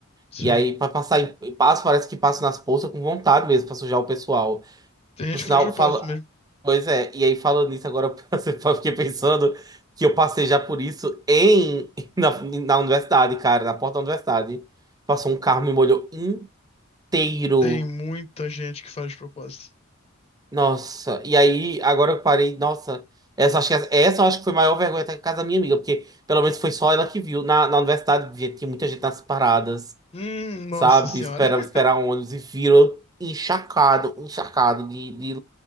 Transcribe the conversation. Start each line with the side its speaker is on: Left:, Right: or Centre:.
Left: Sim.
Right: E aí para passar em em passo, parece que passa nas poças com vontade mesmo para sujar o pessoal.
Left: Tem
Right: Por
Left: gente que
Right: sinal,
Left: faz de propósito
Right: fala,
Left: mesmo.
Right: pois é. E aí falando nisso agora, <laughs> eu fiquei pensando que eu passei já por isso em <laughs> na, na universidade, cara, na porta da universidade. Passou um carro me molhou inteiro.
Left: Tem muita gente que faz de propósito.
Right: Nossa, e aí, agora eu parei. Nossa, essa, acho que, essa essa eu acho que foi a maior vergonha até que casa da minha amiga, porque pelo menos foi só ela que viu. Na, na universidade, gente, tinha muita gente nas paradas,
Left: Hum,
Right: sabe?
Left: nossa senhora.
Right: Esperava
Left: <laughs>
Right: esperar ônibus e viram encharcado, encharcado de, de,